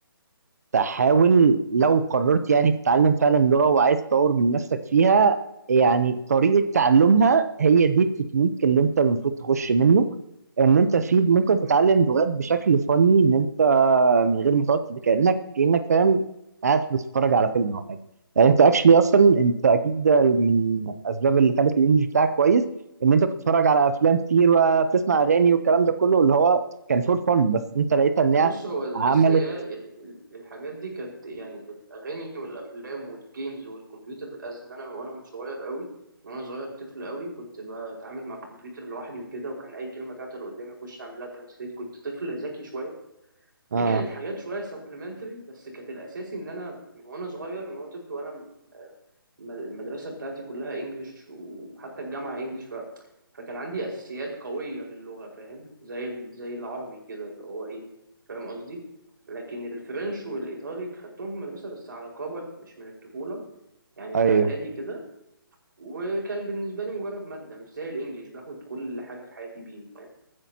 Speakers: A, on the right; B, on the right.
A: تحاول لو قررت يعني تتعلم فعلا لغه وعايز تطور من نفسك فيها يعني طريقه تعلمها هي دي التكنيك اللي انت المفروض تخش منه ان انت في ممكن
B: مم،
A: تتعلم لغات بشكل فني ان انت من غير ما تقعد تت- كانك كانك فاهم قاعد بتتفرج على فيلم او حاجه يعني انت اكشلي اصلا
B: مم.
A: انت اكيد ده من الاسباب اللي خلت الانجليش بتاعك كويس ان انت كنت بتتفرج على افلام كتير وبتسمع اغاني والكلام ده كله اللي هو كان فور فن بس انت لقيتها ان
B: بص
A: هي
B: هو
A: عملت
B: بس هي ال- ال- الحاجات دي كانت يعني الاغاني والافلام والجيمز والكمبيوتر از ان انا وانا من صغير قوي من وانا صغير طفل قوي كنت بتعامل مع الكمبيوتر لوحدي وكده وكان اي كلمه تعطل قدامي اخش اعمل لها ترانسليت كنت طفل ذكي شويه دي
A: اه
B: كانت حاجات شويه سبلمنتري بس كانت الاساسي ان انا من وانا صغير من وانا طفل وانا المدرسة بتاعتي كلها انجليش وحتى الجامعة انجليش ف... فكان عندي اساسيات قوية للغة فاهم زي ال... زي العربي كده اللي هو ايه فاهم قصدي لكن الفرنش والايطالي خدتهم في المدرسة بس على كبر مش من الطفولة يعني
A: ايوه
B: في اعدادي كده وكان بالنسبة لي مجرد مادة مش زي الانجليش باخد كل حاجة في حياتي بيه فاهم